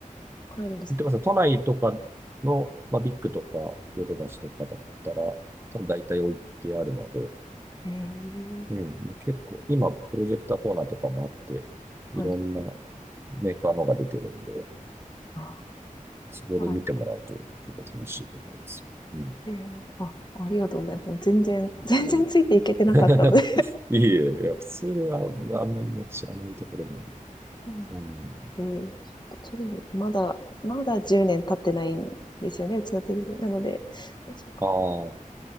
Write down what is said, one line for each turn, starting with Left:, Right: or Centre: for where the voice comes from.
Left: 買えるんですか？
Right: 見てください。都内とかの、まあ、ビッグとか、ヨドバシとかだったら、多分大体置いてあるので、
Left: へえ、
Right: うん、もう結構、今、プロジェクターコーナーとかもあって、
Left: はい。
Right: いろんなメーカーのが出てるんで、
Left: あ、
Right: そこで見てもらうと結構楽しいと思いますよ。
Left: あ、
Right: うん。
Left: ええ、あ、ありがとうございます。もう全然 <laughs> 全然ついていけてなかったので。
Right: うん。<laughs> いえいえ、いや、普通はあんまりね、知らないところなんで。
Left: <laughs> うん。
Right: うん。
Left: ええ、ちょっとテレビ、まだまだ10年経ってないんですよね、うちのテレビ。なので、もし
Right: ああ。